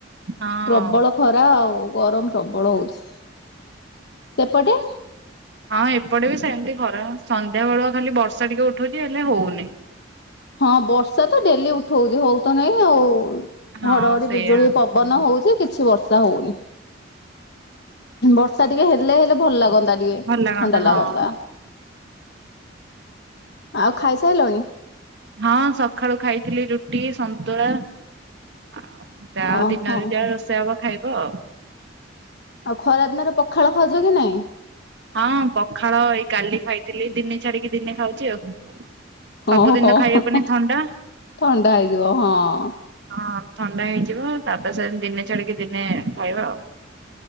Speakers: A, on the right; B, on the left.
A: ହଁ।
B: ପ୍ରବଳ ଖରା ଆଉ ଗରମ ପ୍ରବଳ ହଉଛି ସେପଟେ?
A: ହଁ ଏପଟେ ବି ସେମିତି ଖରା ସନ୍ଧ୍ୟାବେେଳୁ ଖାଲି ବର୍ଷା ଟିକେ ଉଠଉଛି ହେଲେ ହଉନି।
B: ହଁ ବର୍ଷା ତ ଡେଲି ଉଠଉଛି ହଉ ତ ନାଇଁ ଆଉ।
A: ହଁ
B: ଘଡଘଡି
A: ସେଇଆ
B: ବିଜୁଳି ପବନ ହଉଛି। କିଛି ବର୍ଷା ହଉନି ବର୍ଷା ଟିକେ ହେଲେ ହେଲେ ଭଲ ଲାଗନ୍ତା। ଇଏ
A: ଭଲ
B: ଥଣ୍ଡା
A: ହଁ।
B: ଲାଗନ୍ତା। ଆଉ ଖାଇ ସାଇଲଣି?
A: ହଁ ସକାଳୁ ଖାଇଥିଲି ରୁଟି ସନ୍ତୁଳା ଆ ତା ଆଉ
B: ଓହୋ
A: ଦିନରେ ଯା ରୋଷେଇ ହବ ଖାଇବ ଆଉ।
B: ଆଉ ଖରା ଦିନରେ ପଖାଳ ଖାଉଜ କି ନାଇଁ?
A: ହଁ ପଖାଳ ଏଇ କାଲି ଖାଇଥିଲି ଦିନେ ଛାଡିକି ଦିନେ ଖାଉଛି ଆଉ। ସବୁଦିନ
B: ଓଁହୋ
A: ତ ଖାଇହବନି
B: ହଁ ହଁ
A: ଥଣ୍ଡା
B: ଥଣ୍ଡା ହେଇଯିବ ହଁ।
A: ହଁ ଥଣ୍ଡା ହେଇଯିବ ତାପ ସେ ଦିନେ ଛାଡିକି ଦିନେ ଖାଇବା ଆଉ।